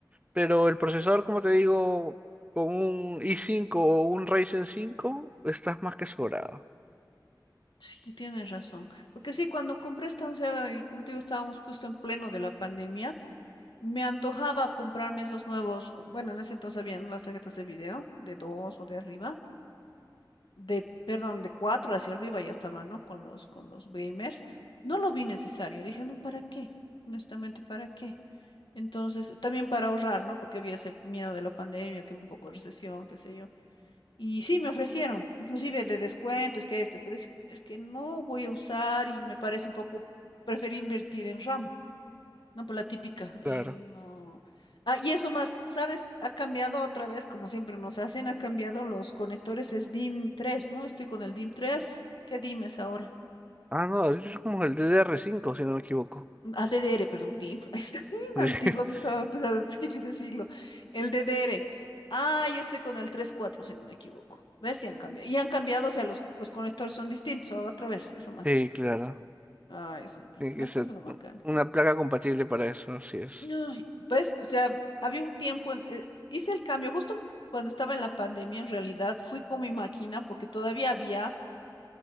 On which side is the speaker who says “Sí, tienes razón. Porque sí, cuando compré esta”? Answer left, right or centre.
Left